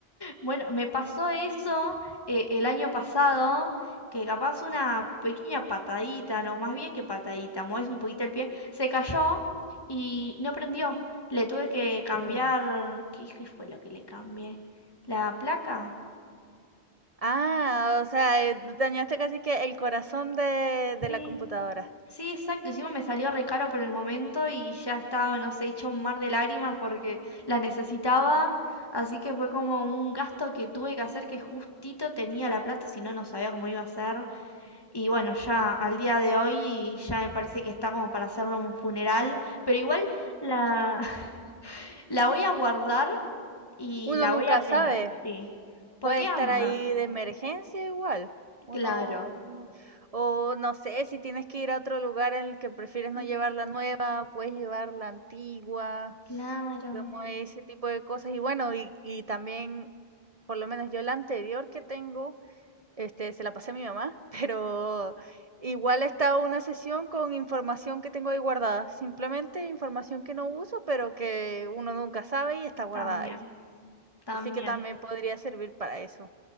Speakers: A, on the left; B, on the right.
A: Bueno, me pasó eso eh, el año pasado, que capaz una pequeña patadita, no, más bien que patadita, mueves un poquito el pie, se cayó y no prendió. Le tuve que cambiar,
B: Oh.
A: ¿qué, qué fue lo que le cambié? ¿La placa?
B: Ah, o sea, eh, dañaste casi que el corazón de de
A: Sí,
B: la computadora.
A: Sí, exacto. Encima me salió re caro por el momento y ya estaba, no sé, hecho un mar de lágrimas porque la necesitaba. Así que fue como un gasto que tuve que hacer que justito tenía la plata, si no, no sabía cómo iba a ser. Y bueno, ya al día de hoy ya me parece que está como para hacerle un funeral. Pero igual la, <laughs> la voy a guardar y
B: Uno
A: la
B: nunca
A: voy a
B: sabe.
A: tener, sí. ¿Por
B: Puede
A: qué
B: estar
A: anda?
B: ahí de emergencia igual. Uno,
A: Claro.
B: o no sé, si tienes que ir a otro lugar en el que prefieres
A: Mm,
B: no llevar la nueva, puedes llevar la antigua,
A: Claro,
B: como ese tipo de cosas. Y bueno, y, y también, por lo menos yo la anterior que tengo, este, se la pasé a mi mamá, <laughs> pero igual está una sesión con información que tengo ahí guardada. Simplemente información que no uso, pero que uno nunca sabe y está guardada
A: también,
B: ahí.
A: también.
B: Así que también podría servir para eso.